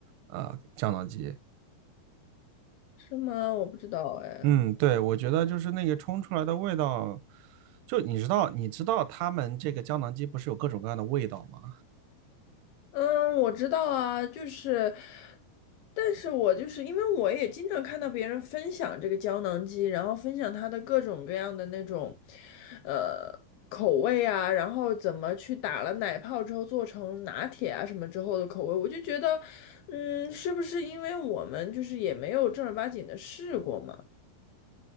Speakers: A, on the right; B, on the left.
A: 呃胶囊机。
B: 是吗？我不知道哎。
A: 嗯，对，我觉得就是那个冲出来的味道，就你知道，你知道他们这个胶囊机不是有各种各样的味道吗？
B: 嗯，我知道啊，就是，但是我就是因为我也经常看到别人分享这个胶囊机，然后分享它的各种各样的那种，呃，口味啊，然后怎么去打了奶泡之后做成拿铁啊什么之后的口味，我就觉得，嗯，是不是因为我们就是也没有正儿八经的试过嘛？